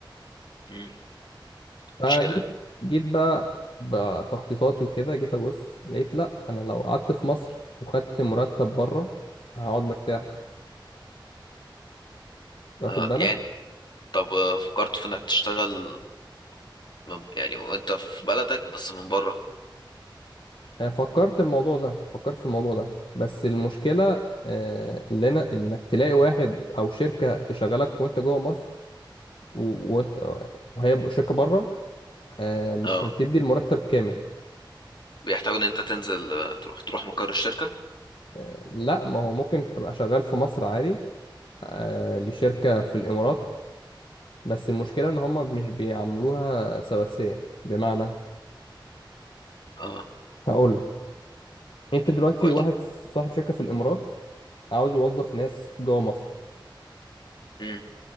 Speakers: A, on the left; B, on the left.
A: مم.
B: فجيت
A: مشكلة
B: جيت بقى بتخطيطاتي وكده جيت ابص لقيت لا انا لو قعدت في مصر وخدت مرتب بره هقعد مرتاح واخد
A: اه
B: بالك
A: يعني طب آه، فكرت في انك تشتغل من يعني وانت في بلدك بس من بره
B: آه، فكرت الموضوع ده فكرت في الموضوع ده بس المشكله آه، اللي انا انك تلاقي واحد او شركه تشغلك وانت جوه مصر و- وانت وهي شركه بره آه، مش
A: اه
B: هتدي المرتب كامل
A: بيحتاجوا ان انت تنزل آه، تروح تروح مقر الشركة
B: آه، لا ما هو ممكن ابقى شغال في مصر عادي آه، لشركة في الامارات بس المشكلة ان هم مش بيعملوها سواسية بمعنى
A: اه
B: هقول لك انت دلوقتي
A: قولي
B: واحد صاحب شركة في الامارات عاوز يوظف ناس جوه مصر
A: مم.